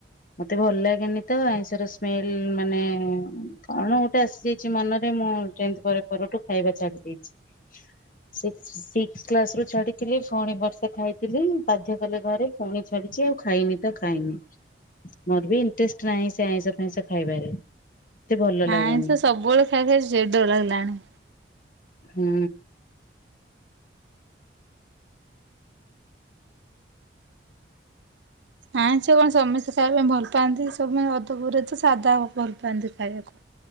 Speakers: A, on the left; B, on the right.
A: ମୋତେ ଭଲ ଲାଗେନି ତ ଆଇଁଷର ସ୍ମେଲ୍ ମାନେ କଣ ଗୋଟେ ଆସିଯାଇଛି ମନରେ ମୁଁ ଟେନଥ୍ ପର ପରଠୁ ଖାଇବା ଛାଡି ଦେଇଛି, ସିକ୍ ସିକ୍ସ କ୍ଲାସ୍ ରୁ ଛାଡିଥିଲି ପୁଣି ବର୍ଷେ ଖାଇଥିଲି, ବାଧ୍ୟ କଲେ ଘରେ ପୁଣି ଛାଡିଚି, ଆଉ ଖାଇନି ତ ଖାଇନି ମୋର ବି ଇଣ୍ଟରେଷ୍ଟ ନାହିଁ ସେ ଆଇଁଷ ଫାଇଁସ ଖାଇବାରେ। ଏତେ ଭଲ ଲାଗେନି।
B: ଆଇଁଷ ସବୁବେଳେ ଖାଇ ଖାଇ ଚିଡା ଲାଗିଲାଣି‌।
A: ହୁଁ।
B: ଆଇଁଷ କଣ ସମସ୍ତେ ଖାଇବା ପାଇଁ ଭଲ ପାଆନ୍ତି କି ସବୁ ଅଧପରେ ତ ସାଧା ଭଲ ପାଆନ୍ତି ଖାଇବାକୁ